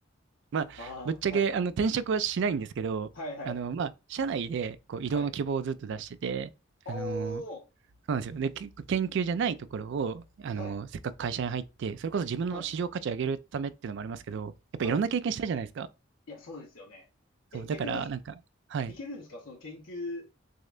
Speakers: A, on the right; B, on the left.
A: まあ、
B: ああー、
A: ぶっちゃけ、
B: はい。
A: あの、転職はしないんですけど、
B: はいはい。
A: あの、まあ、社内で、こう、移動の希望をずっと出してて、
B: はい。お
A: あのそ
B: ー、
A: うなんですよ。で、結構研究じゃないところを、あの、
B: はい。
A: せっかく会社に入って、それこそ自分の市場価値上げるためっていうのもありますけど、
B: はい。
A: やっぱいろんな経験したいじゃないですか。
B: はい。いや、そうですよね。え、
A: そう、
B: 逆に、
A: だから、なんか、はい。
B: いけるんですかその研究